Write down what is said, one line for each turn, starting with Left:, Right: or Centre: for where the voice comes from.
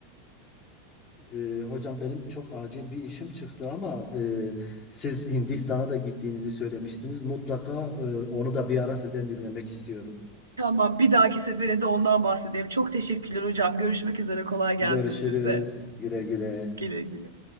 Left: Ee, hocam benim çok acil bir işim çıktı ama e, siz Hindistan'a da gittiğinizi söylemiştiniz. Mutlaka e, onu da bir ara sizden dinlemek istiyorum.
Right: Tamam bir dahaki sefere de ondan bahsedeyim. Çok teşekkürler hocam. Görüşmek üzere kolay gelsin
Left: Görüşürüz.
Right: size.
Left: Güle güle.
Right: Güle güle.